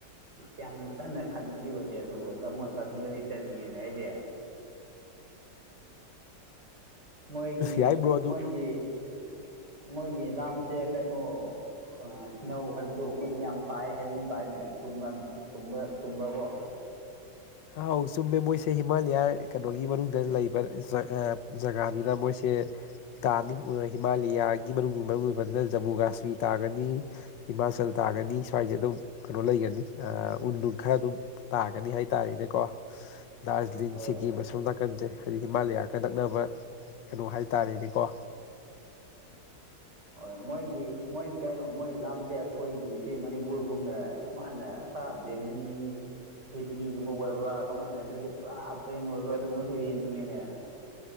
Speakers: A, on the right; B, on the left.
A: ꯌꯥꯝ ꯀꯟꯅ ꯈꯟꯕꯗꯤ ꯑꯣꯏꯗꯦ ꯑꯗꯨꯕꯨ ꯖꯃꯨ ꯑꯦꯟ ꯀꯥꯁꯃꯤꯔꯗꯤ ꯆꯠꯅꯤꯡꯉꯤꯅꯤ ꯑꯩꯗꯤ ꯃꯣꯏꯒꯤ
B: ꯌꯥꯏ ꯕ꯭ꯔꯣ ꯑꯗꯨ
A: ꯃꯣꯏꯒꯤ ꯃꯣꯏꯒꯤ ꯂꯝꯁꯦ ꯀꯩꯅꯣ ꯑꯁꯅꯧ ꯍꯥꯏꯕꯗꯨ ꯎꯟ ꯌꯥꯝ ꯇꯥꯌꯦ ꯍꯥꯏꯕꯒꯨꯝ ꯇꯥꯌꯦꯅꯦ ꯆꯨꯝꯕ꯭ꯔ ꯆꯨꯝꯕ꯭ꯔꯀꯣ
B: ꯑꯥꯎ ꯆꯨꯝꯃꯦ ꯃꯣꯏꯁꯦ ꯍꯤꯃꯥꯂꯌꯥ ꯀꯩꯅꯣꯒꯤ ꯃꯅꯨꯡꯗ ꯂꯩꯕ ꯖꯒꯥ ꯖꯒꯥꯅꯤꯅ ꯃꯣꯏꯁꯦ ꯇꯥꯅꯤ ꯍꯤꯃꯥꯂꯌꯥꯒꯤ ꯃꯅꯨꯡ ꯃꯔꯨ ꯑꯣꯏꯕꯅ ꯖꯃꯨ ꯀꯥꯁꯃꯤꯔ ꯇꯥꯒꯅꯤ ꯍꯤꯃꯥꯆꯜ ꯇꯥꯒꯅꯤ ꯁ꯭ꯋꯥꯏꯁꯦ ꯑꯗꯨꯝ ꯀꯩꯅꯣ ꯂꯩꯒꯅꯤ ꯎꯟ ꯅꯨꯡ ꯈꯔ ꯑꯗꯨꯝ ꯇꯥꯒꯅꯤ ꯍꯥꯏ ꯍꯥꯏꯇꯥꯔꯅꯦꯀꯣ ꯗꯥꯔꯖꯂꯤꯡ
A: ꯍꯣꯏ
B: ꯁꯤꯀꯤꯝ ꯃꯁꯣꯝ ꯅꯥꯀꯟꯖꯦ ꯍꯥꯏꯗꯤ ꯍꯤꯃꯥꯂꯌꯥꯒ ꯅꯛꯅꯕ ꯀꯩꯅꯣ ꯍꯥꯏꯇꯥꯔꯦꯅꯦꯀꯣ
A: ꯍꯣꯏ ꯃꯣꯏꯒꯤ ꯃꯣꯏ ꯀꯩꯅꯣ ꯃꯣꯏ ꯂꯝꯁꯦ ꯑꯩꯈꯣꯏꯒꯤ ꯁꯤ ꯃꯅꯤꯄꯨꯔꯒꯨꯝꯅ ꯃꯥꯅ ꯁꯥꯕ ꯗꯦꯜꯂꯤ ꯍꯤꯂꯤꯒꯨꯝꯕ ꯑꯣꯏꯕ꯭ꯔꯥ ꯀꯃꯥꯏꯅꯠ ꯇꯕꯤꯗ ꯄꯨꯔꯥ ꯄ꯭ꯂꯦꯟ ꯑꯣꯏꯕ꯭ꯔꯥ ꯑꯗꯨꯒꯨꯝꯕꯁꯨ ꯌꯦꯡꯅꯤꯡꯉꯦꯅꯦ